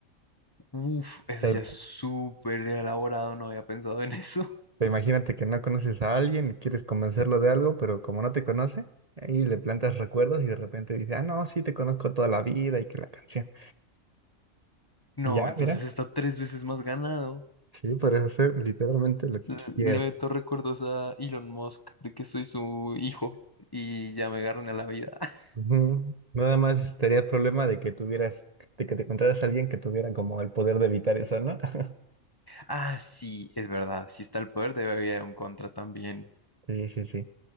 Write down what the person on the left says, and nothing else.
uf, eso
ya es súper elaborado, no había pensado en eso. <laughs>
No,
entonces
está tres veces más ganado.
Le
meto recuerdos a Elon Musk de que soy su hijo y ya me agarran a la vida. <laughs>
Ah, sí, es verdad. Si está el poder, debe haber un contra también.